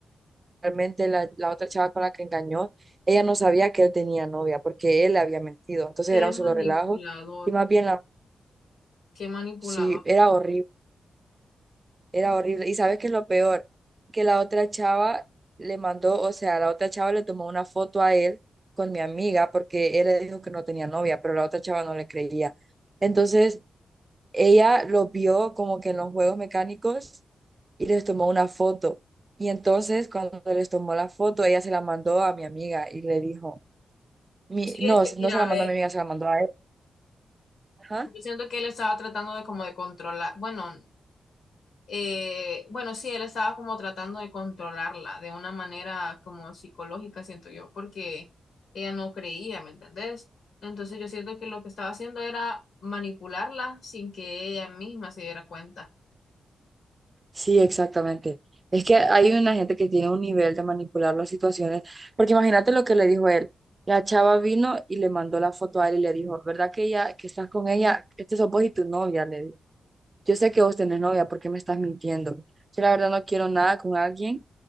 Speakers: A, on the right; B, on the left.
A: realmente la, la otra chava con la que engañó, ella no sabía que él tenía novia porque él le había mentido. Entonces
B: qué
A: era un
B: manipulador,
A: solo relajo y más bien la...
B: qué manipulador.
A: Sí, era horrible, era horrible. ¿Y sabes qué es lo peor? Que la otra chava le mandó, o sea, la otra chava le tomó una foto a él con mi amiga porque él le dijo que no tenía novia, pero la otra chava no le creía. Entonces ella los vio como que en los juegos mecánicos y les tomó una foto. Y entonces cuando les tomó la foto, ella se la mandó a mi amiga y le dijo, mi,
B: Sí,
A: no,
B: es que mira,
A: no se la
B: ve,
A: mandó a mi amiga, se la mandó a él. Ajá.
B: yo siento que él estaba tratando de como de controlar, bueno, Eh, bueno, sí, él estaba como tratando de controlarla de una manera como psicológica, siento yo, porque ella no creía, ¿me entendés? Entonces yo siento que lo que estaba haciendo era manipularla sin que ella misma se diera cuenta.
A: Sí, exactamente. Es que hay una gente que tiene un nivel de manipular las situaciones, porque imagínate lo que le dijo él. La chava vino y le mandó la foto a él y le dijo, ¿verdad que ella, que estás con ella? Este sos vos y tu novia, le dijo. Yo sé que vos tenés novia, ¿por qué me estás mintiendo? Yo la verdad no quiero nada con alguien,